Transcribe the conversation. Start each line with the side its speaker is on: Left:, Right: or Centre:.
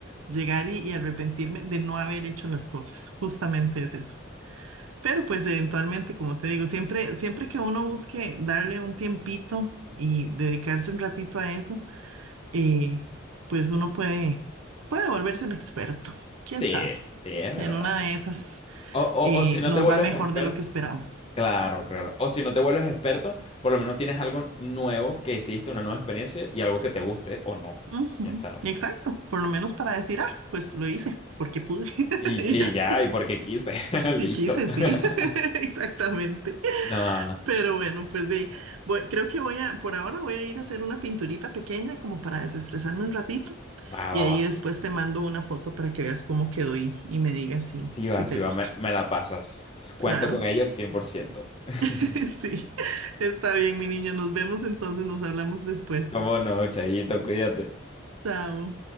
Right: llegar y, y arrepentirme de no haber hecho las cosas. Justamente es eso. Pero pues eventualmente, como te digo, siempre, siempre que uno busque darle un tiempito y dedicarse un ratito a eso, eh, pues uno puede, puede volverse un experto. ¿Quién
Left: Sí,
Right: sabe?
Left: sí, es verdad.
Right: En una de esas
Left: O, o,
Right: eh,
Left: o si no
Right: nos
Left: te vuelves
Right: va mejor
Left: experto,
Right: de lo que esperamos.
Left: claro, claro. O si no te vuelves experto, por lo menos tienes algo nuevo que hiciste, una nueva experiencia y algo que te guste o no.
Right: Ujú,
Left: Ya sabes.
Right: Exacto, por lo menos para decir, ah, pues lo hice porque pude <laughs>
Left: Y,
Right: y
Left: y
Right: ya,
Left: ya, y porque quise. <laughs> Listo.
Right: y quise,
Left: <laughs>
Right: sí, <laughs> exactamente.
Left: No,
Right: Pero bueno, pues de, voy- creo que voy a, por ahora voy a ir a hacer una pinturita pequeña como para desestresarme un ratito
Left: va,
Right: y
Left: va,
Right: ahí
Left: va.
Right: después te mando una foto para que veas cómo quedó y, y me digas si,
Left: Sí va,
Right: si te
Left: sí
Right: gusta.
Left: va, me, me la pasas. Cuento
Right: Claro,
Left: con ellos 100%. <laughs>
Right: <laughs> sí, está bien, mi niño, nos vemos entonces, nos hablamos después.
Left: ¿Cómo no, Chayito? Cuídate.
Right: Chao.